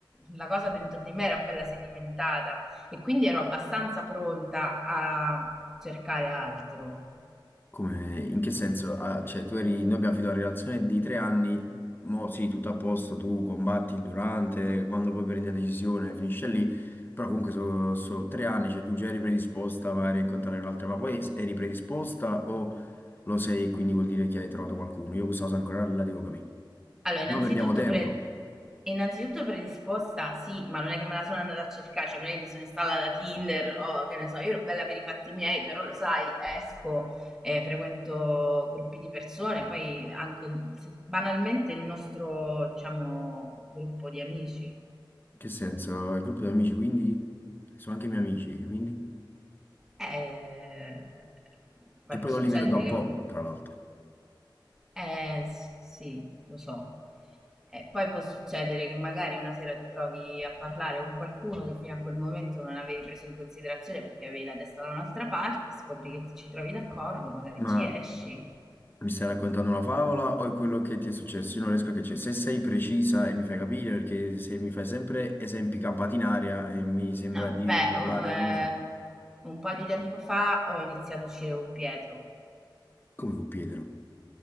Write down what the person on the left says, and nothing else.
Come, in che senso? Ah, cioè, tu eri, noi abbiamo finito la relazione di tre anni, mo sì, tutto a posto, tu combatti il durante, quando poi prendi la decisione finisce lì, però comunque sono tre anni, cioè tu già eri predisposta magari a incontrare un'altra, ma poi eri predisposta o lo sei e quindi vuol dire che hai trovato qualcuno? Io questa cosa ancora la devo capire.
Noi perdiamo tempo,
in
che senso? Il gruppo di amici, quindi? Sono anche i miei amici, quindi?
Che
poi
non li vedo da un
po', tra l'altro.
Ma
mi stai raccontando una favola o è quello che ti è successo? Io non riesco a capire. Se sei precisa e mi fai capire, perché se mi fai sempre esempi campati in aria e mi sembra
di
parlare,
non lo so,
come con Pietro.